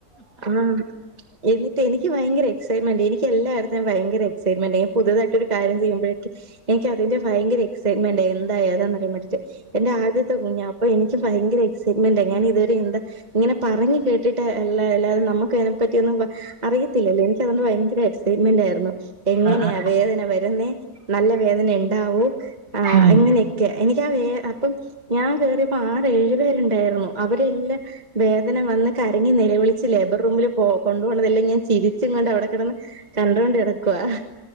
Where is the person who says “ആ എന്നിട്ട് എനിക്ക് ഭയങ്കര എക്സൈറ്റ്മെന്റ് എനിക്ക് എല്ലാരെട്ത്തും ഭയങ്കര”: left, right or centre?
Right